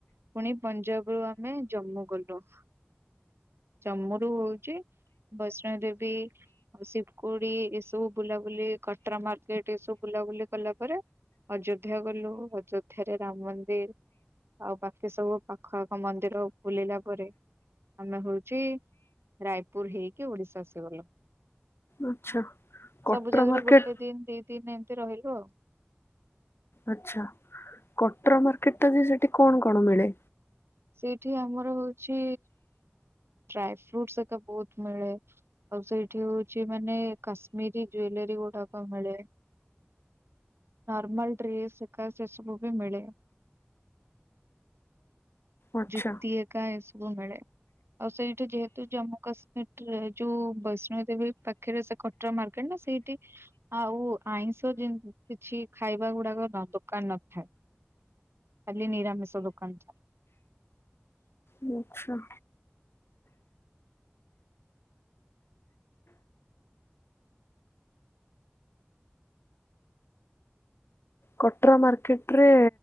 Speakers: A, on the right; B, on the left.
A: ପୁଣି ପଞ୍ଜାବ ରୁ ଆମେ ଜମ୍ମୁ ଗଲୁ। <inaudible> ଜମ୍ମୁ ରୁ ହଉଛି ବୈଷ୍ଣବୀ ଦେବୀ ଶିବ କୋଡି ଏସବୁ ବୁଲାବୁଲି କଟରା ମାର୍କେଟ ଏସବୁ ବୁଲାବୁଲି କଲା ପରେ ଅଯୋଧ୍ୟା ଗଲୁ। ଅଯୋଧ୍ୟାରେ ରାମ ମନ୍ଦିର ଆଉ ବା ସବୁ ପାଖ ଆଖ ମନ୍ଦିର ବୁଲିଲା ପରେ। ଆମେ ହଉଚି ରାୟପୁର ହେଇକି ଓଡିଶା ଆସି ସବୁ
B: ଆଚ୍ଛା କଟରା
A: ଜାଗାରେ
B: ମାର୍କେଟ
A: ଗୋଟେ ଦିନ ଦି ଦିନ ଏମିତି ରହିଲୁ ଆଉ।
B: ଆଛା କଟ୍ରା ମାର୍କେଟ ଟା ଯେ ସେଟି କଣ କଣ ମିଳେ?
A: ସେଇଠି ଆମର ହଉଛି ଡ୍ରାଇ ଫ୍ରୁଟ ଏକା ବହୁତ ମିଳେ ଆଉ ସେଇଠି ହଉ ମାନେ କାଶ୍ମୀରୀ ଜୁଏଲାରୀ ଗୁଡାକ ମିଳେ? ନର୍ମାଲ ଡ୍ରେସ୍ ଏକା ସେ ସବୁ ବି ମିଳେ?
B: ଆଚ୍ଛା
A: ଯୁକ୍ତି ହେକା ଏସବୁ ମିଳେ ଆଉ ସେଇଠୁ ଯେହେତୁ ଜାମ୍ମୁ କାଶ୍ମୀର ଟ୍ରା ଠୁ ବସ ବୈଷ୍ଣଦେବୀ ପାଖରେ ସେ କଟରା ମାର୍କେଟ ନା ସେଇଠି ଆଉ ଆଇଁଷ ଜିନ କିଛି ଖାଇବା ଗୁଡାକ ନା ଦୋକାନ ନଥାଏ। <inaudible> ଖାଲି ନିରାମିଷ ଦୋକାନ ଥାଏ।
B: <inaudible> ଆଚ୍ଛା। କଟରା ମାର୍କେଟ ରେ